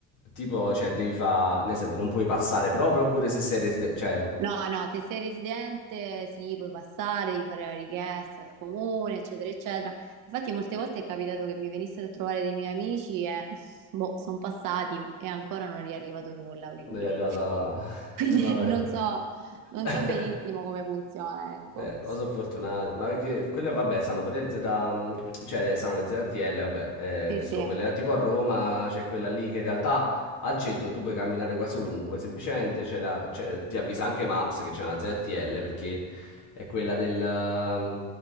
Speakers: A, on the left (about 65°); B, on the right (about 70°).
A: tipo, cioè, devi fare... Nel senso, non puoi passare proprio, oppure se sei... resi- Cioè,
B: No, no, se sei residente sì, puoi passare, devi fare la richiesta al comune, eccetera, eccetera. Infatti molte volte è capitato che mi venissero a trovare dei miei amici e <laughs> boh, sono passati e ancora non è arrivato nulla, quindi,
A: Noi è arrivata...
B: <laughs> quindi
A: <laughs> Vabbè.
B: non so, non
A: <laughs>
B: so benissimo come funziona, ecco.
A: Eh, o sono fortunati, ma perché quelle vabbè sanno pure le Z, mm, cioè sanno le ZTL, vabbè, eh,
B: Sì,
A: che sono
B: sì.
A: quelle tipo a Roma c'è quella lì che in realtà al centro tu puoi camminare quasi ovunque, semplicemente c'è la, cioè, ti avvisa anche Maps che c'è una ZTL perché è quella del, ehm,